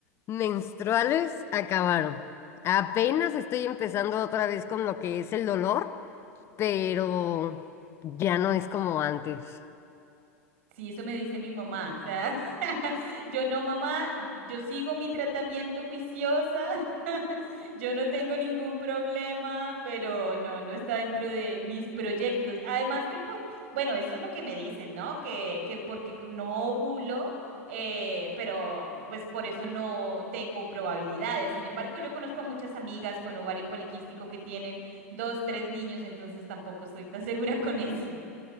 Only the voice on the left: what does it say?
menstruales acabaron. Apenas estoy empezando otra vez con lo que es el dolor, pero ya no es como antes.